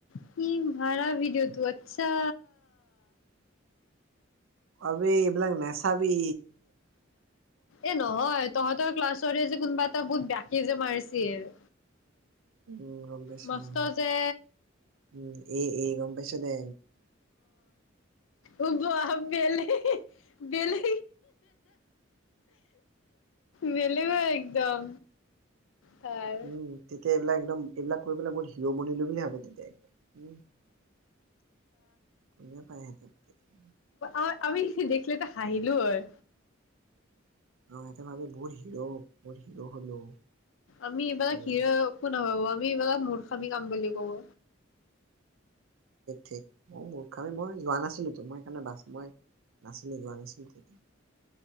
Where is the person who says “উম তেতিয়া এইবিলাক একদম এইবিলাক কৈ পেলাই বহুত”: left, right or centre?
Right